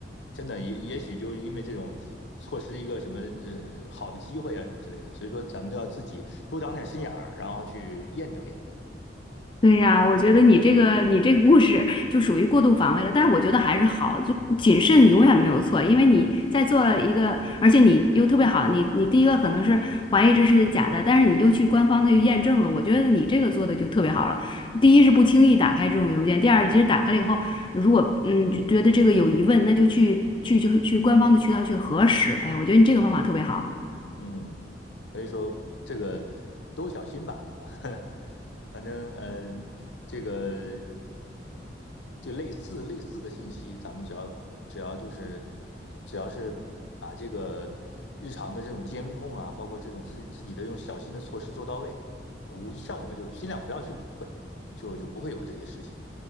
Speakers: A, on the left; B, on the left.
A: 真的也也许就因为这种。错失一个什么呃好的机会啊什么之类的，所以说咱们都要自己多长点心眼儿，然后去验证验证。
B: 对呀，我觉得你这个你这个故事就属于过度防卫了，但是我觉得还是好，就谨慎永远没有错，因为你在做一个，而且你又特别好，你你第一个可能是怀疑这是假的，但是你又去官方的去验证了，我觉得你这个做的就特别好了。第一是不轻易打开这种邮件，第二其实打开了以后，如果嗯就觉得这个有疑问，那就去去就去官方的渠道去核实。哎，我觉得你这个方法特别好。
A: 嗯，所以说这个都小心吧，<laughs> 反正呃，这个这类似类似的信息，咱们只要只要就是只要是把这个日常的这种监控啊，包括这种自己自己的这种小心的措施做到位，我像我就尽量不要去理会，就就不会有这些事情。